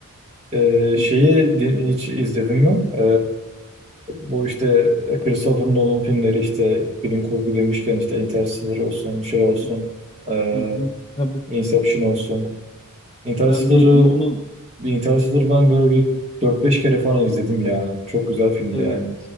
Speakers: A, on the right; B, on the left.
A: e, şeyi
B: e, hı hı,
A: di- hiç izledin mi? E, bu işte Christopher Nolan filmleri işte bilim kurgu demişken işte Interstellar olsun, şey olsun, e,
B: hı hı, tabii
A: Inception olsun. Interstellar'ı
B: ben bir Nolan
A: Bir Interstellar'ı ben böyle bir dört beş kere falan izledim ya. Çok güzel filmdi
B: evet
A: yani.